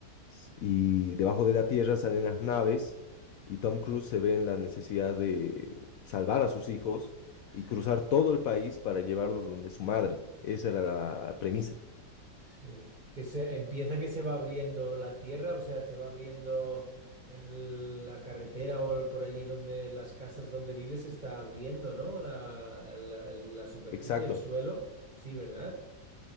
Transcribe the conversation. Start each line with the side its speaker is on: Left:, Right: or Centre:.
Left: s- y debajo de la Tierra salen las naves y Tom Cruise se ve en la necesidad de salvar a sus hijos
Right: Sí,
Left: y cruzar todo el país para llevarlos donde su madre. Esa era la premisa.
Right: sí. Que se empieza que se va abriendo la tierra, o sea, se va abriendo el- la carretera o el- por allí donde las casas donde vives se está abriendo, ¿no? La, la, la superficie,
Left: Exacto.
Right: el suelo. Sí, ¿verdad?